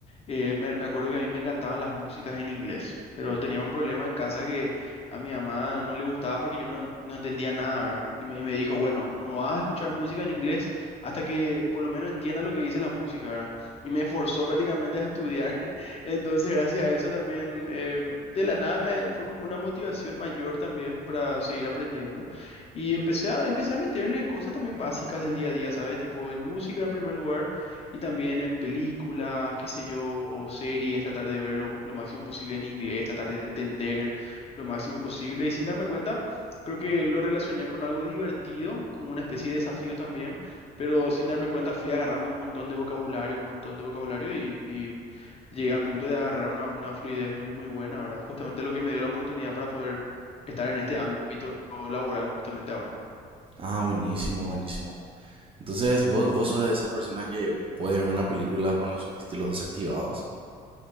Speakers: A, on the left (about 35°); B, on the right (about 35°).
A: Eh, me, me acuerdo que a mí me encantaban las músicas en inglés, pero tenía un problema en casa que a mi mamá no le gustaba porque yo no, no entendía nada, ¿verdad? Y me, y me dijo, bueno, no vas a escuchar música en inglés hasta que por lo menos entiendas lo que dice la música, ¿verdad? Y me forzó prácticamente a estudiar. <laughs> Entonces, gracias a eso también, eh, de la nada me fue como una motivación mayor también para seguir aprendiendo. Y empecé a, empecé a meterle en cosas también básicas del día a día, ¿sabes? Tipo en música en primer lugar. Y también en películas, qué sé yo, o series, tratar de ver lo, lo máximo posible en inglés, tratar de entender lo máximo posible. Y sin darme cuenta, creo que lo relacioné con algo divertido, como una especie de desafío también, pero sin darme cuenta fui agarrando un montón de vocabulario, un montón de vocabulario y, y llegué al punto de agarrar una, una fluidez muy, muy buena, ¿verdad? Justamente lo que me dio la oportunidad para poder estar en este ámbito laboral justamente ahora.
B: Ah, buenísimo, buenísimo. Entonces, ¿vos, vos sos de esas personas que puede ver una película con los subtítulos desactivados?